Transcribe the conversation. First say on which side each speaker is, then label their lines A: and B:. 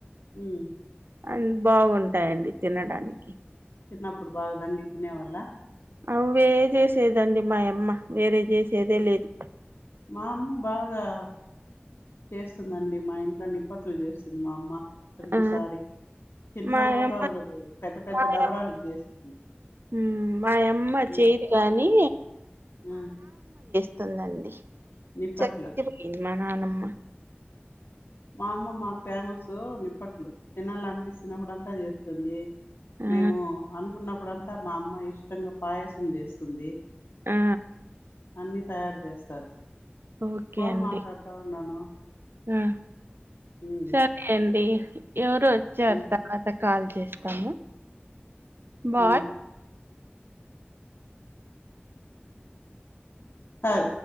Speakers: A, on the left; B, on the right.
A: హ్మ్.
B: అవి బాగుంటాయండి తినడానికి
A: చిన్నప్పుడు బాగా దండి తినేవల్ల
B: అవే చేసేదండి మాయమ్మ వేరే చేసేదే లేదు
A: మా అమ్మ బాగా చేస్తుందండి మా ఇంట్ ఇట్లా నిప్పట్లు చేస్తుంది మా అమ్మ ప్రతిసారి
B: ఆ
A: చిన్న
B: మాయమ్మ
A: మోతాదులో చేయదు పెద్ద పెద్ద
B: మాయమ్మ
A: డబరలు చేస్తుంది
B: ఉమ్, మాయమ్మ
A: హ్మ్
B: చేయదు గాని
A: ఆ
B: స్తుందండి
A: నిప్పట్లు
B: <unintelligible> నానమ్మ
A: మా అమ్మ మాకు ఫేమస్ నిప్పట్లు తినాలి అనిపిస్తునప్పుడు చేస్తుంది
B: ఆ
A: మేము అనుకున్న అప్పుడంతా మా అమ్మ ఇష్టంగా పాయసం చేస్తుంది
B: ఆ
A: అన్ని తయారు చేస్తారు
B: ఓకే
A: ఫోన్
B: అండి
A: మాట్లాడుతా ఉన్నాను
B: ఆ
A: ఉమ్,
B: సరే అండి ఎవరు వచ్చారుత
A: ఉమ్,
B: కాల్ చేస్తాము బాయ్
A: హ హయ